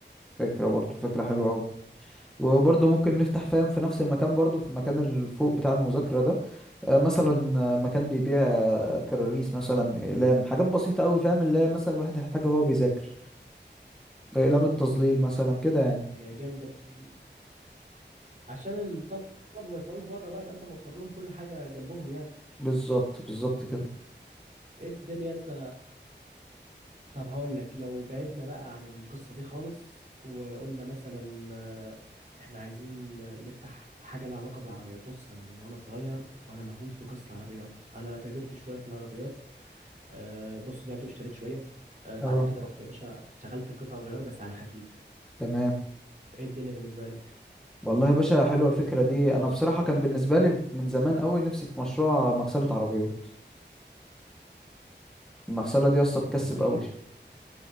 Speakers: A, in the centre; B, on the right.
A: فكره برضو فكره حلوه قوي وبرضه ممكن نفتح فاهم في نفس المكان برضه في المكان اللي فوق بتاع المذاكرة ده آه، مثلا آه، مكان بيبيع كراريس مثلا اقلام حاجات بسيطه قوي فاهم اللي هي مثلا الواحد هيحتاجها وهو بيذاكر اقلام التظليل مثلا كده يعني
B: يا جامده دي عشان الطلبه ما يطلعوش بره بقى يبقى انت موفر لهم كل حاجه جنبهم يعني
A: بالظبط بالظبط كده
B: ايه الدنيا انت طب هقول لك لو بعدنا بقى عن القصه دي خالص وقلنا مثلا آه، احنا عايزين نفتح حاجه لها علاقه بالعربيات بص انا من وانا صغير وانا مهووس بقصه العربيات انا تاجرت شويه في العربيات آه، بص بعت واشتريت شويه آه، بعد
A: اه
B: كده رحت يا باشا اشتغلت في قطع الغيار بس على خفيف
A: تمام
B: ايه الدنيا بالنسبه لك
A: والله يا باشا حلوه الفكره دي
B: بص
A: انا بصراحه
B: آه،
A: كان بالنسبه لي من زمان قوي نفسي في مشروع مغسله عربيات المغسله دي اصلا بتكسب
B: والله
A: قوي
B: جامد